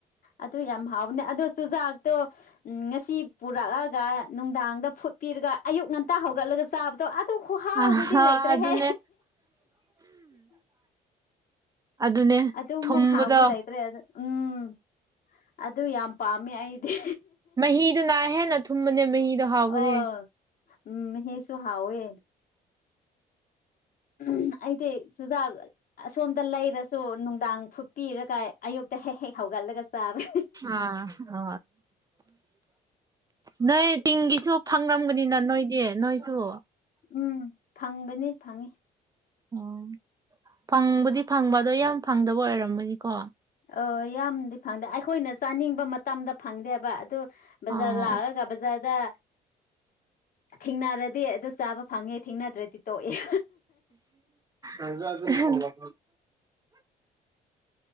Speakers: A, on the left; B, on the right.
A: ꯑꯗꯨ ꯌꯥꯝ ꯍꯥꯎꯅꯦ ꯑꯗꯣ ꯆꯨꯖꯥꯛꯇꯣ ꯎ ꯉꯁꯤ ꯄꯨꯔꯛꯑꯒ ꯅꯨꯡꯗꯥꯡꯗ ꯐꯨꯠꯄꯤꯔꯒ ꯑꯌꯨꯛ ꯉꯟꯇꯥ ꯍꯧꯒꯠꯂꯒ ꯆꯥꯕꯗꯣ ꯑꯁ ꯑꯗꯨ ꯈꯨꯍꯥꯎꯗꯨꯗꯤ
B: ꯑꯍꯥ
A: ꯂꯩꯇ꯭ꯔꯦꯍꯦ
B: ꯑꯗꯨꯅꯦ ꯑꯗꯨꯅꯦ
A: ꯑꯗꯨꯃꯨꯛ
B: ꯊꯨꯝꯕꯗꯣ
A: ꯍꯥꯎꯕ ꯂꯩꯇ꯭ꯔꯦ ꯎꯝ ꯑꯗꯨ ꯌꯥꯝ ꯄꯥꯝꯃꯤ ꯑꯩꯗꯤ
B: ꯃꯍꯤꯗꯨꯅ ꯍꯦꯟꯅ ꯊꯨꯝꯕꯅꯦ ꯃꯍꯤꯗꯨ ꯍꯥꯎꯕꯅꯦ
A: ꯑꯣ ꯎꯝ ꯍꯁꯨ ꯍꯥꯎꯋꯦ ꯎꯝ ꯑꯩꯗꯤ ꯆꯨꯖꯥꯛ ꯑꯁꯣꯝꯗ ꯂꯩꯔꯁꯨ ꯅꯨꯡꯗꯥꯡ ꯐꯨ ꯄꯤꯔꯒ ꯑꯌꯨꯛꯇ ꯍꯦꯛ ꯍꯦꯛ ꯍꯧꯒꯠꯂꯒ ꯆꯥꯕ꯭ꯔ
B: ꯑ ꯑ ꯅꯣꯏ ꯇꯤꯁꯨ ꯐꯪꯅꯝꯒꯅꯤꯅ ꯅꯣꯏꯗꯤ ꯅꯣꯏꯁꯨ
A: ꯎꯝ ꯐꯪꯕꯅꯤ ꯐꯪꯉꯤ
B: ꯑꯣ ꯐꯪꯕꯨꯗꯤ ꯐꯪꯕ ꯑꯗꯣ ꯌꯥꯝ ꯐꯪꯗꯕ ꯑꯣꯏꯔꯝꯃꯅꯤꯀꯣ
A: ꯑ ꯌꯥꯝꯗꯤ ꯐꯪꯗꯦ ꯑꯩꯈꯣꯏꯅ ꯆꯥꯅꯤꯡꯕ ꯃꯇꯝꯗ ꯐꯪꯗꯦꯕ ꯑꯗꯨ ꯕꯖꯥꯔ
B: ꯑꯥ
A: ꯂꯥꯛꯂꯒ ꯕꯖꯥꯔꯗ ꯊꯦꯡꯅꯔꯗꯤ ꯑꯗꯨ ꯆꯥꯕ ꯐꯪꯉꯦ ꯊꯦꯡꯅꯗ꯭ꯔꯗꯤ ꯇꯣꯛꯑꯦ
B: ꯑꯖ ꯂ